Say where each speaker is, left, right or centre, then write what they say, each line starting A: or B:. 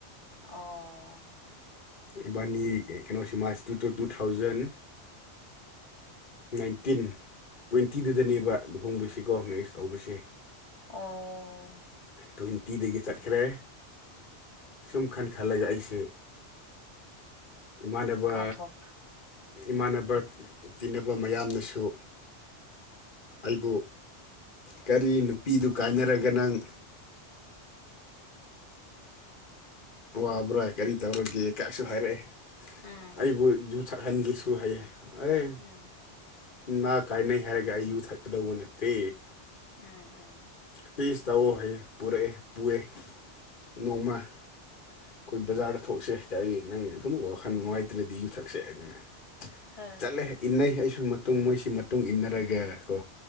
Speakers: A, on the left; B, on the left.
A: ꯑꯣ...... ꯫
B: ꯏꯕꯥꯅꯤ ꯀꯩꯅꯣꯁꯤ March two two two thousand. Nineteen ꯇ꯭ꯋꯦꯟꯇꯤꯗꯨꯗꯅꯦꯕ
A: ꯎꯝ
B: ꯂꯨꯍꯣꯡꯕꯁꯤꯀꯣ ꯃꯦꯔꯤꯁ ꯇꯧꯕꯁꯦ꯫
A: ꯑꯣ.......... ꯫
B: ꯇ꯭ꯋꯦꯟꯇꯤꯗꯒꯤ ꯆꯠꯈ꯭ꯔꯦ ꯁꯨꯝ ꯈꯟ ꯈꯜꯂꯒ ꯑꯩꯁꯦ, ꯏꯃꯥꯟꯅꯕ
A: ꯀꯥꯎꯊꯣꯛꯈ꯭ꯔꯦ
B: ꯏꯃꯥꯟꯅꯕ ꯇꯤꯟꯅꯕ ꯃꯌꯥꯝꯅꯁꯨ꯫ ꯑꯩꯕꯨ ꯀꯔꯤ ꯅꯨꯄꯤꯗꯨ ꯀꯥꯏꯅꯔꯒ ꯅꯪ ꯋꯥꯕ꯭ꯔꯥ ꯀꯔꯤ ꯇꯧꯔꯒꯦ ꯀꯥꯏꯁꯨ ꯍꯥꯏꯔꯛꯑꯦ
A: ꯎꯝ
B: ꯑꯩꯕꯨ ꯌꯨ ꯁꯛꯍꯟꯒꯦꯁꯨ ꯍꯥꯏꯌꯦ ꯑꯦ
A: ꯎꯝ
B: ꯃꯥ ꯀꯥꯏꯅꯩ ꯍꯥꯏꯔꯒ ꯑꯩ ꯌꯨꯊꯛꯀꯗꯧꯕ ꯅꯠꯇꯦ꯫
A: ꯎꯝ ꯎꯝ!
B: ꯇꯤꯁ ꯇꯧꯑꯣ ꯍꯌꯦ ꯄꯨꯔꯛꯑꯦ ꯄꯨꯑꯦ ꯅꯣꯡꯃ꫰ ꯑꯩꯈꯣꯏ ꯕꯖꯥꯔꯗ ꯊꯣꯛꯁꯦ ꯍꯥꯏꯇꯥꯔꯦ ꯅꯪ ꯑꯗꯨꯝ ꯋꯥꯈꯜ ꯅꯨꯡꯉꯥꯏꯇ꯭ꯔꯗꯤ ꯌꯨꯊꯛꯁꯦ ꯑꯗꯨꯅ꯫
A: ꯍꯣꯏ
B: ꯆꯠꯂꯦ ꯏꯟꯅꯩ ꯑꯩꯁꯨ ꯃꯇꯨꯡ ꯃꯣꯏꯁꯤ ꯃꯇꯨꯡ ꯏꯟꯅꯔꯒ ꯀꯣ